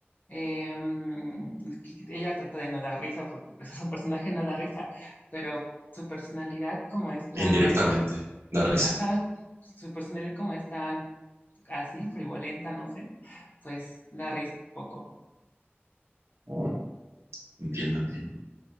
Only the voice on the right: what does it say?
Indirectamente, da risa.
Oh, entiendo, entiendo.